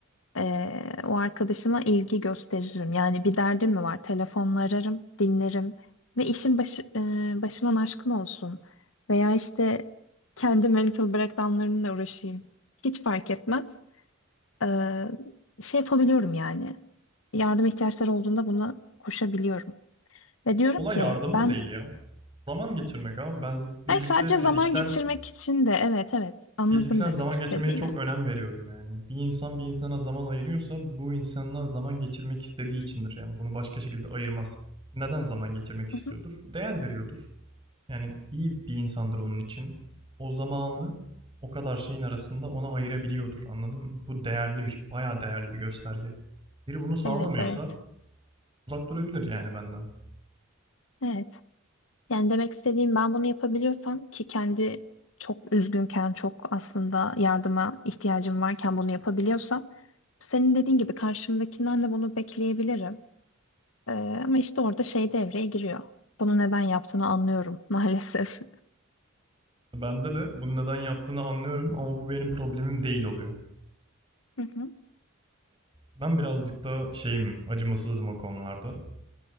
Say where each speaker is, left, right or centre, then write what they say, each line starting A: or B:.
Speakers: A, on the left (about 70°); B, on the right (about 25°).
A: Ee, o arkadaşıma ilgi gösteririm. Yani bir derdim mi var? Telefonla ararım, dinlerim ve işin başı, e, başıman aşkın olsun. Veya işte kendi mental breakdownlarımla uğraşayım. Hiç fark etmez. Ee, şey yapabiliyorum yani. Yardım ihtiyaçları olduğunda buna koşabiliyorum. Ve diyorum
B: Olay
A: ki
B: yardımı
A: ben
B: da değil ya. Zaman geçirmek abi. Ben birlikte
A: Hayır, sadece
B: fiziksel
A: zaman geçirmek için de evet evet anladım
B: fiziksel
A: demek
B: zaman
A: istediğini.
B: geçirmeye çok önem veriyorum yani. Bir insan bir insana zaman ayırıyorsa bu insanla zaman geçirmek istediği içindir yani. Bunu başka şekilde ayırmaz. Neden zaman geçirmek istiyordur?
A: Hı hı.
B: Değer veriyordur. Yani iyi bir insandır onun için. O zamanı o kadar şeyin arasında ona ayırabiliyordur. Anladın mı? Bu değerli bir, bayağı değerli bir gösterge. Biri bunu sağlamıyorsa
A: Evet evet.
B: uzak durabilir yani benden.
A: Evet. Yani demek istediğim ben bunu yapabiliyorsam ki kendi çok üzgünken, çok aslında yardıma ihtiyacım varken bunu yapabiliyorsam senin dediğin gibi karşımdakinden de bunu bekleyebilirim. Ee, ama işte orada şey devreye giriyor. Bunu neden yaptığını anlıyorum <laughs> maalesef.
B: Bende de bunu neden yaptığını anlıyorum ama bu benim problemim değil oluyor.
A: Hı hı.
B: Ben birazcık daha şeyim, acımasızım o konularda.